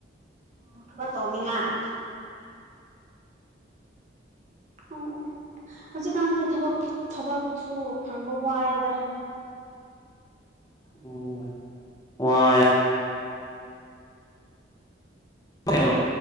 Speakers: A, on the right; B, on the left.
A: ꯑ ꯊ ꯇꯅꯤꯡꯉꯥꯏ ꯑꯣ ꯑꯣ ꯍꯧꯖꯤꯛꯀꯥꯟꯁꯦ ꯊꯕꯛ ꯊꯕꯛꯁꯨ ꯐꯪꯕ ꯋꯥꯏꯗ
B: ꯑꯣ ꯋꯥ ꯑ